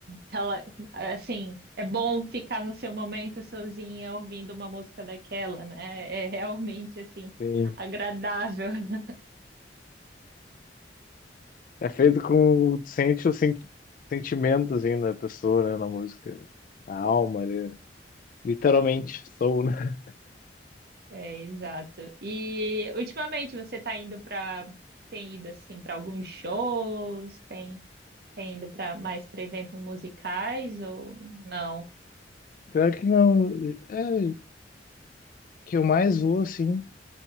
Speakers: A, on the right; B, on the left.
A: rela- assim, é bom ficar no seu momento sozinha ouvindo uma música daquela, né? É realmente, assim,
B: tem.
A: agradável. <laughs>
B: É feito com. Sente o senti- sentimento, assim, da pessoa, né? Na música. A alma ali. Literalmente, sou, né?
A: É, exato. E ultimamente você está indo para tem ido assim para alguns shows, tem Tem ido para mais para eventos musicais ou não?
B: <laughs> Pior que não. É, que eu mais vou, assim,